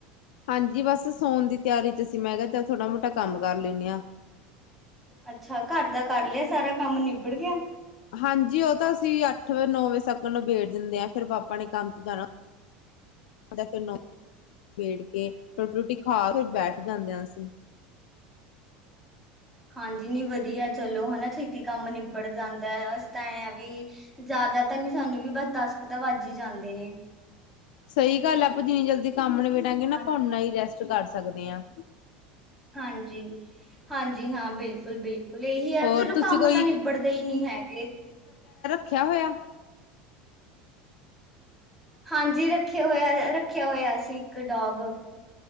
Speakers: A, on the left; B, in the centre.
A: ਹਾਂਜੀ ਬਸ ਸੋਣ ਦੀ ਤਿਆਰੀ ਚ ਅਸੀਂ ਮੈਂ ਕਿਹਾ ਚ ਛੌਟਾ ਮੋਟਾ ਕੰਮ ਕਰ ਲੈਂਦੇ ਹਾਂ
B: ਅੱਛਾ ਘਰ ਦਾ ਕਰ ਲਿਆ ਸਾਰਾ ਕੰਮ ਨਿਬੜ ਗਿਆ
A: ਹਾਂਜੀ ਉਹ ਤਾਂ ਅਸੀਂ ਅੱਠ ਨੌ ਵਜੇ ਤਕ ਨਿਬੇੜ ਦਿਨਦੇ ਆ ਫਿਰ ਪਾਪਾ ਨੇ ਕੰਮ ਤੇ ਜਾਣਾ ਫਿਰ ਨੋ ਵਜੇ ਨਿਬੇੜ ਕੇ ਰੋਟੀ ਰੋਟੀ ਖਾ ਫਿਰ ਬੈਠ ਜਾਂਦੇ ਹਾਂ ਅਸੀਂ।
B: ਹਾਂਜੀ ਨੀ ਵਧੀਆ ਚਲੋ ਹਨਾ ਛੇਤੀ ਕੰਮ ਨਿਬੜ ਜਾਂਦਾ ਇਸ ਤ ਆ ਵੀ ਜ਼ਿਆਦਾ ਤਾਂ ਨੀ ਸਾਨੂੰ ਵੀ ਬਸ ਦਸ ਕੁ ਤਾਂ ਵੱਜੀ ਹੀ ਜਾਂਦੇ ਨੇ
A: ਸਹੀ ਗੱਲ ਆਪਾਂ ਜਿੰਨੀ ਜਲਦੀ ਕੰਮ ਨਿਬੇੜਾ ਗੇ ਨਾ
B: ਹਾਂ-
A: ਅਪਾ ਉਨ੍ਹਾਂ ਹੀ ਰੈਸਟ ਕਰੱ ਸਕਦੇ ਹਾਂ
B: ਹਾਂਜੀ ਹਾਂਜੀ ਹਾਂ ਬਿਲਕੁਲ ਬਿਲਕੁਲ ਇਹੀ ਹੈ
A: ਹੋਰ
B: ਚਲੋ
A: ਤੁਸੀਂ
B: ਕੰਮ
A: ਕੋਈ
B: ਤਾਂ ਨਿਬੜਦੇ ਹੀ ਨਹੀਂੀ ਹੈਗੇ
A: ਰਖਿਆ ਹੋਇਆ
B: ਹਾਂਜੀ ਰੱਖਿਆ ਹੋਇਆ। ਰੱਖਿਆ ਹੋਇਆ ਅਸੀਂ ਇੱਕ ਡੋਗ